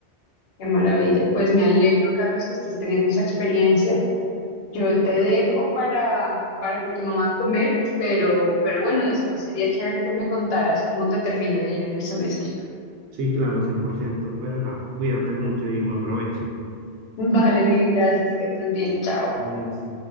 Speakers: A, on the left; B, on the right.
A: Qué maravilla. Pues me alegro, Carlos, que estés teniendo esa experiencia. Yo te dejo para, para porque me voy a comer, pero, pero bueno, después sería chévere que me contaras cómo te termina de ir en el semestre.
B: Sí, claro, cien por ciento pero nada, cuídate mucho y buen provecho.
A: Vale, mil gracias, que estés bien, chao.
B: Adiós.